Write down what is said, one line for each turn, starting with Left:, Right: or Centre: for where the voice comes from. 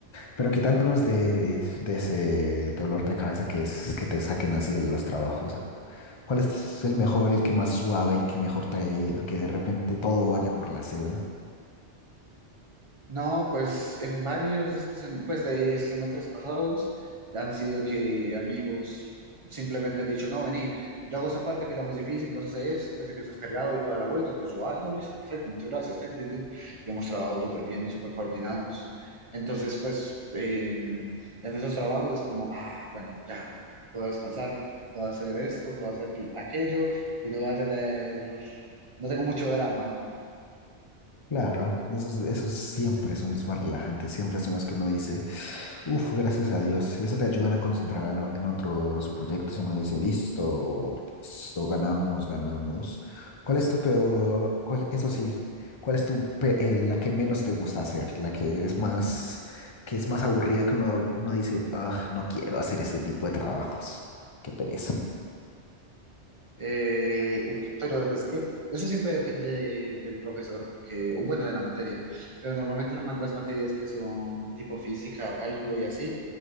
Left: Pero quitándonos de, de ese dolor de cabeza que es que te saquen así de los trabajos, ¿cuál es el mejor, el que más suave, el que mejor te haya ido, que de repente todo vaya por la seda?
Right: No, pues en varios de este sem- pues de semestres pasados han sido que amigos simplemente han dicho, no, vení, yo hago esta parte que es la más difícil, vos haces eso, que sé que estás cargado y toda la vuelta, entonces yo, ah, no, listo, perfecto, muchas gracias, ten, ten, ten". Y hemos trabajado súper bien y súper coordinados. Entonces, pues en, en esos trabajos es como, ah, bueno, ya, puedo descansar, puedo hacer esto, puedo hacer aquello y no voy a tener, no tengo mucho drama.
Left: Claro, esos, esos siempre son los más relajantes, siempre son los que uno dice. Uf, gracias a Dios. Eso te ayudan a concentrar a- en otros proyectos y uno dice, listo, listo, ganamos, ganamos. ¿Cuál es tu peor, cuál, eso sí, cuál es tu, pe- eh, la que menos te gusta hacer, la que es más, que es más aburrida que uno, uno dice, ah, no quiero hacer este tipo de trabajos, qué pereza.
Right: Eh, uf, pero es que eso siempre depende de- del profesor, porque, o bueno, de la materia, pero normalmente la ma- las materias que son tipo física, cálculo y así,